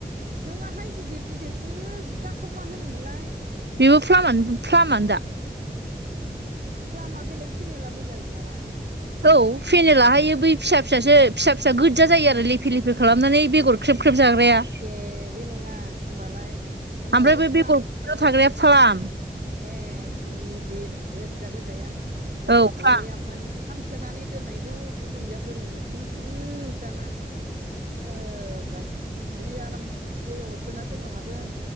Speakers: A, on the right; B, on the right.
A: नोंङा हाय गिदिर गिदिर गोजाखौ मा होनोमोनलाय
B: बेबो फ्लामानो फ्लामानो दा
A: फ्लामा बेलेग फेनेला बेलेग नामा
B: औ फेनेलाहायो बै फिसा फिसासो फिसा फिसा गोजा जायो आरो लेफे लेफे खालामनानै बेगर ख्रेब ख्रेब जाग्राया
A: ए बे नङा होमबालाय होमबालाय
B: ओमफ्राय बे
A: फ्लाम
B: बेगर थाग्राया फ्लाम
A: ए गिदिर गोजा गोजाया बेखौ
B: औ फ्लाम
A: बयाममोन थाम सोनानै दोननायखौ अखुनजोया बोरै नुसनखो दाना होबाय जि आराम बयामाव सोना दोनबा माथो